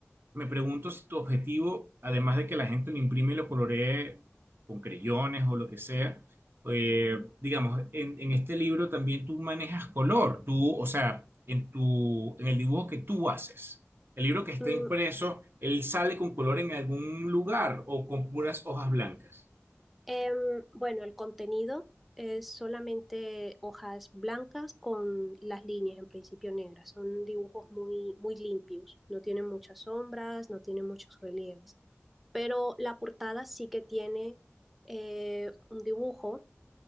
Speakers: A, on the right (about 50°); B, in the centre.
A: me pregunto si tu objetivo, además de que la gente lo imprime y lo coloree con creyones o lo que sea, eh, digamos, en, en este libro también tú manejas color, tú, o sea, en tu, en el dibujo que tú haces. El libro que está
B: Mm,
A: impreso, él sale con color en algún lugar o con puras hojas blancas.
B: Em, bueno, el contenido es solamente hojas blancas con las líneas en principio negras. Son dibujos muy, muy limpios, no tienen muchas sombras, no tienen muchos relieves. Pero la portada sí que tiene eh, un dibujo